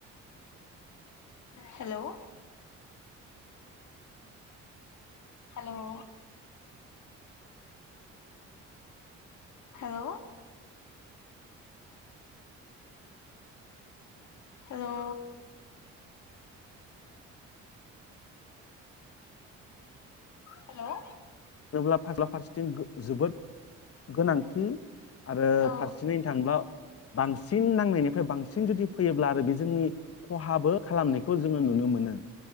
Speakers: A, on the left; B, on the left.
A: hello hello hello hello hello
B: होनोब्ला फारसे फारसेथिं जोबोद गोनांथि आरो
A: औ
B: फारसेैनो थाङोब्ला बांसिन नांनायनिफ्राय बांसिन जुदि फैयोब्ला आरो बे जोंनि खहाबो खालामनायखौ जोङो नुनो मोनो